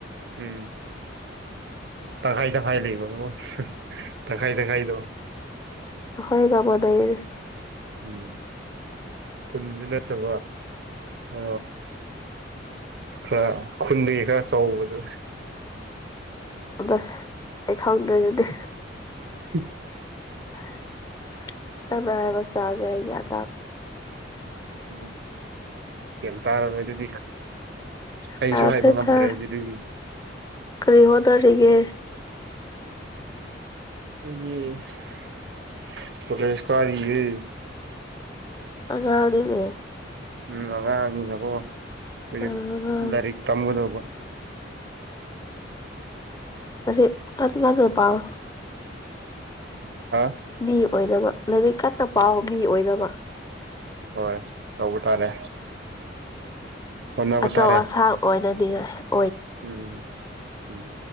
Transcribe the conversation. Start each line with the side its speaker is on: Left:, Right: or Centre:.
Right: ꯎꯝ ꯇꯈꯥꯏ ꯇꯈꯥꯏ ꯂꯩꯕ ꯅꯧꯕꯣ ꯇꯈꯥꯏ ꯇꯈꯥꯏꯗꯣ
Left: ꯑꯩꯈꯣꯏꯒꯃꯣꯗꯗꯤ
Right: ꯎꯝ ꯈꯨꯟꯁꯨ ꯅꯠꯇꯕ ꯑ ꯈꯔ ꯈꯨꯟꯗ ꯈꯔ ꯆꯥꯎꯕꯗꯨ
Left: ꯁ ꯑꯩ ꯈꯪꯗ꯭ꯔꯦ ꯑꯗꯨꯗꯤ
Right: ꯎꯝ
Left: <unintelligible>
Right: ꯎꯝ ꯀꯤꯝ ꯇꯥꯔꯔꯣ ꯑꯗꯨꯗꯤ ꯀꯩꯁꯨ
Left: ꯇꯥꯗ꯭ꯔꯦ
Right: ꯍꯥꯏꯕ ꯉꯝꯗ꯭ꯔꯦ
Left: ꯇꯥ
Right: ꯑꯗꯨ ꯑꯗꯨꯒꯤ
Left: ꯀꯔꯤ ꯍꯣꯠꯗꯔꯤꯒꯦ
Right: <unintelligible> ꯀꯥꯔꯤꯌꯦ
Left: <unintelligible>
Right: ꯎꯝ ꯑꯉꯥꯡ ꯑꯅꯤꯅꯀꯣ ꯍꯧꯖꯤꯛ
Left: ꯑꯉꯥꯡ
Right: ꯂꯥꯏꯔꯤꯛ ꯇꯝꯒꯗꯧꯕ
Left: ꯇꯁꯦ ꯀꯗꯤ ꯀꯗ ꯄꯥꯎ
Right: ꯍꯥ
Left: ꯃꯤ ꯑꯣꯏꯅꯕ ꯂꯥꯏꯔꯤꯛ ꯀꯟꯅ ꯄꯥꯎꯕ ꯃꯤ ꯑꯣꯏꯅꯕ
Right: ꯍꯣꯏ ꯇꯧꯕ ꯇꯥꯔꯦ ꯍꯣꯠꯅꯕ
Left: ꯑꯆꯧ
Right: ꯇꯥꯔꯦ
Left: ꯑꯁꯥꯡ ꯑꯣꯏꯅꯗꯤ ꯉꯥꯏ
Right: ꯎꯝ ꯎꯝ